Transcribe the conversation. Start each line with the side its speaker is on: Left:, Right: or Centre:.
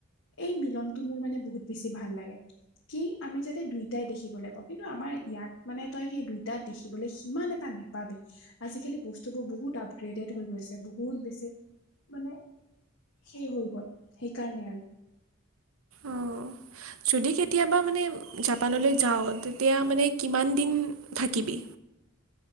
Left: এই মিলনতটো মোৰ মানে বহুত বেছি ভাল লাগে। কি আমি যাতে দুইটাই দেখিবলৈ পাওঁ। কিন্তু আমাৰ ইয়াত মানে তই সেই দুইটা দেখিবলৈ সিমান এটা নাপাবি। আজিকালি বস্তু বস্তুবোৰ বহুত আপগ্ৰেডেড হৈ গৈছে। বহুত বেছি মানে সেই হৈ গ'ল সেইকাৰণে আৰু
Right: অঁ, যদি কেতিয়াবা মানে জাপানলৈ যাওঁ তেতিয়া মানে কিমান দিন থাকিবি?